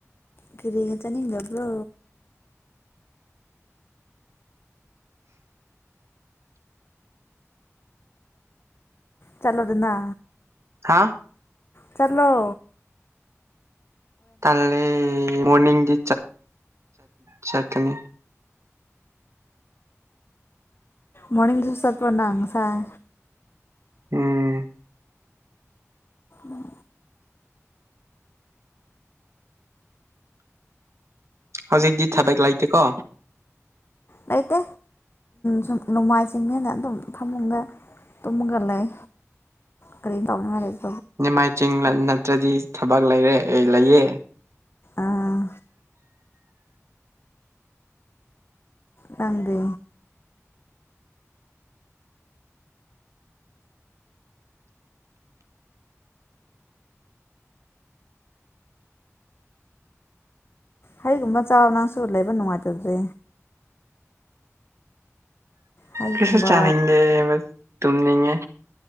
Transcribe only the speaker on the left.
ꯀꯔꯤꯒꯇꯅꯤꯡ ꯕ꯭ꯔꯣ ꯆꯂꯣꯗꯅ
ꯆꯂꯣ
ꯃꯅꯤ ꯁꯁꯠꯄꯅꯁꯥꯏ
ꯎꯝ
ꯂꯩꯇꯦ ꯁꯨꯝ ꯅꯣꯡꯃꯥꯏ ꯆꯤꯡꯅꯦꯅ ꯑꯗꯨꯝ ꯊꯝꯃꯒ ꯇꯨꯝꯃꯒ ꯂꯩ ꯀꯔꯤ ꯇꯧꯅꯤ ꯍꯥꯏꯔꯁꯦ
ꯑꯥ ꯅꯪꯗꯤ ꯍꯩꯒꯨꯝꯕ ꯆꯥꯎ ꯅꯪꯁꯨ ꯂꯩꯕ ꯅꯨꯡꯉꯥꯏꯇꯗꯦ ꯍꯩꯒꯨꯝꯕ